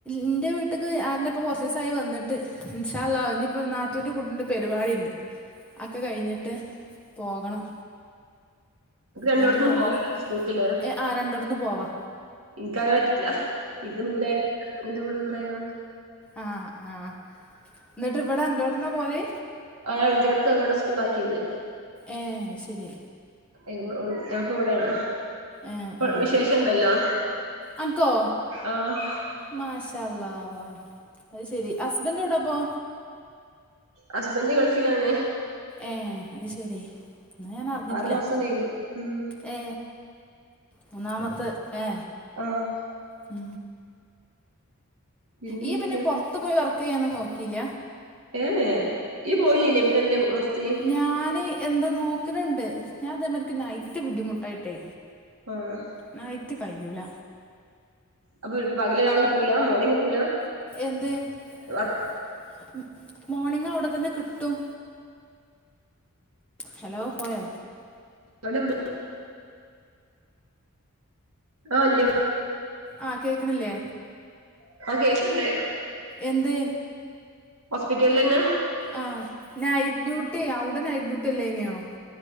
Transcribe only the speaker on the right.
<unintelligible>
ക്ക് രണ്ടോടത്തുന്നും
പോവാലോ
സ്കൂൾക്ക്ല്ലേ
ഇൻക്ക് അകെ പറ്റില്ല എനിക്ക് ദൂരായ ഇന്റ വീട് ദൂരായതൊണ്ട്
ആഹ് ഇഞ്ചോടുത്ത് ഇവിടെ സ്കൂളിലാക്കിയത്
<unintelligible> ഞാൻപ്പടെ ഇവിടെയാണ്
വിശേഷ ഇണ്ടല്ലോ
ആഹ്
ഹസ്ബൻ്റ് ഗൾഫിലാണ്
ആറു മാസം കഴിഞ്ഞ് ഉം
ആഹ്
പിന്നെന്തൊക്കെയാ
ഏഹ് എ ഈ പോയില്ലന്യോ പിന്നെന്തേ നിർത്തി
ആഹ്
അപ്പൊ പകല്ആള് കിട്ടൂല മോർണിങ് കിട്ടൂല
വർക്ക്
വ <unintelligible> ഓവല്യ
പ്പ കേക്കണ്ട്
ഹോസ്പിറ്റലിൽ തന്നാ